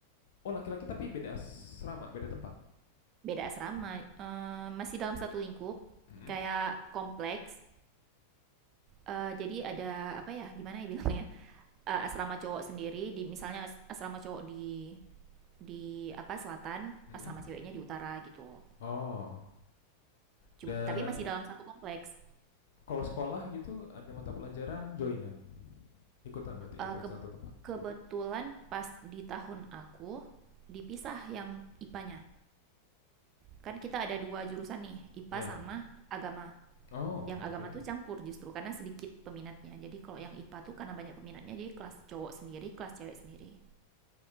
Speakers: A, on the left; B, on the right.
A: Oh, laki-laki tapi beda asrama, beda tempat.
B: Beda asrama, eh, masih dalam satu lingkup,
A: Mhm.
B: kayak kompleks. Eh, jadi ada apa ya? Gimana ya bilangnya? Eh, asrama cowok sendiri di misalnya as- asrama cowok di di apa selatan,
A: Mhm.
B: asrama ceweknya di utara gitu.
A: Oh.
B: Cum-
A: Dan
B: tapi masih dalam satu kompleks.
A: kalau sekolah gitu ada mata pelajaran joinan. Ikutan berarti ikut
B: Eh, ke-
A: satu tempat.
B: kebetulan pas di tahun aku dipisah yang IPA-nya. Kan kita ada dua jurusan nih, IPA
A: Ya.
B: sama agama.
A: Oh,
B: Yang agama
A: oke.
B: tuh campur justru karena sedikit peminatnya. Jadi kalau yang IPA tuh karena banyak peminatnya jadi kelas cowok sendiri, kelas cewek sendiri.